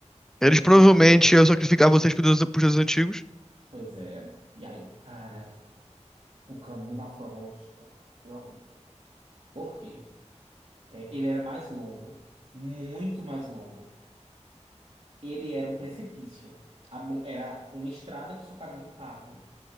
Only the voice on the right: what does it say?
ele
continuou.
Pois é. E aí, cara, o caminho na floresta foi horrível. Por quê? É, ele era mais longo, muito mais longo. Ele era um precipício. A mon- era uma estrada que só cabia um carro.